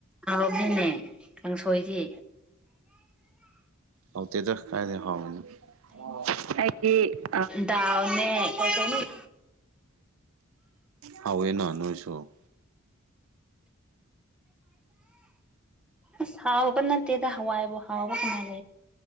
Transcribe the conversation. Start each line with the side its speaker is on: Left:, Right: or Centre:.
Centre: ꯍꯥꯎꯕꯅꯤꯅꯦ ꯀꯥꯡꯁꯣꯏꯗꯤ
Right: ꯍꯥꯎꯇꯦꯗ ꯀꯥꯏꯗꯩ ꯍꯥꯎꯔꯤꯅꯣ ꯑꯩꯗꯤ ꯑ
Centre: ꯗꯥꯎꯅꯦ ꯀꯩꯀꯩꯅꫭ
Right: ꯍꯥꯎꯋꯦꯅ ꯅꯣꯏꯁꯨ
Centre: ꯑꯁ ꯍꯥꯎꯕ ꯅꯠꯇꯦꯗ ꯍꯋꯥꯏꯕꯨ ꯍꯥꯎꯕ ꯀꯃꯥꯏꯅ